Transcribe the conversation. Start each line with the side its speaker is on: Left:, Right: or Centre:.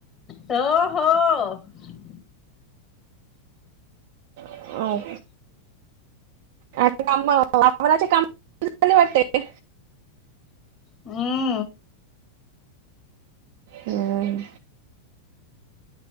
Left: हो हो. आ.
Right: अं, का आजचे काम झाले वाटते.
Left: हम्म.
Right: हम्.